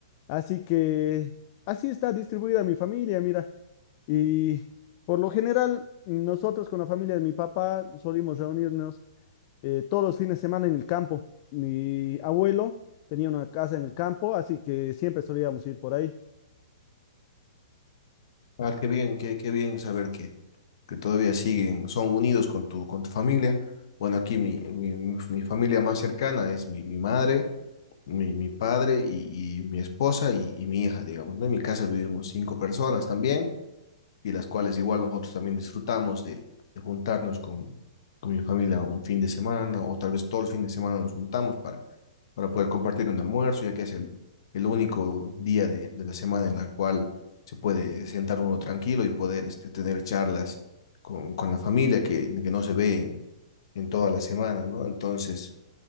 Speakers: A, on the left (about 40°); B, on the left (about 55°).
A: Así que así está distribuida mi familia, mira. Y por lo general, nosotros con la familia de mi papá solimos reunirnos eh, todos los fines de semana en el campo. Mi abuelo tenía una casa en el campo, así que siempre solíamos ir por ahí.
B: Ah, qué bien, qué, qué bien saber que, que todavía siguen, son unidos con tu, con tu familia. Bueno, aquí mi, mi, mi- mi familia más cercana es mi, mi madre, mi, mi padre y, y mi esposa y, y mi hija, digamos, ¿no? En mi casa vivimos cinco personas también. y las cuales igual nosotros también disfrutamos de, de juntarnos con, con mi familia un fin de semana o tal vez todo el fin de semana nos juntamos para, para poder compartir un almuerzo, ya que es el, el único día de, de la semana en la cual se puede sentar uno tranquilo y poder este, tener charlas con, con la familia que, que no se ve en, en toda la semana, ¿no? Entonces,